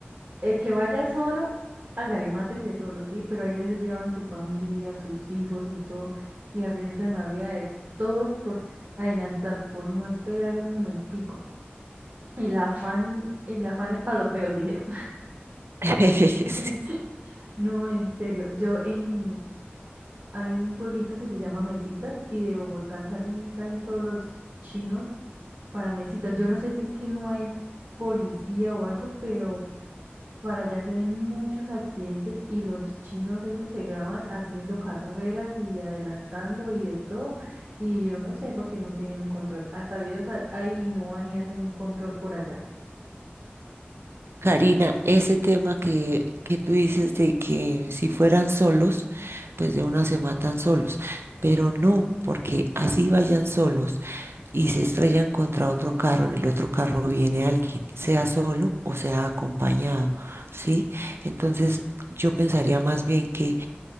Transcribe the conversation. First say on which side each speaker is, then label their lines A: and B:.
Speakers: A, on the right; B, on the right.
A: El que vaya solo, hágale, mátese solo, sí, pero hay veces llevan su familia, sus hijos y todo, y arriesgan la vida de todos por adelantar, por no esperar un momentico. El afán, el afán es para los feos, dijeron.
B: <laughs>
A: <laughs> No, en serio, yo en, hay un pueblito que se llama Mesitas y de Bogotá salen casi todos los chinos para Mesitas. Yo no sé si es que no hay policía o algo, pero Para allá se ven muchos accidentes y los chinos esos se graban haciendo carreras y adelantando y de todo. Y yo no sé por qué no tienen un control. Hasta videos ha- hay y no van y hacen un control por allá.
B: Karina, ese tema que, que tú dices de que si fueran solos, pues de una se matan solos, pero no, porque así vayan solos y se estrellan contra otro carro, en el otro carro viene alguien, sea solo o sea acompañado, ¿sí? Entonces yo pensaría más bien que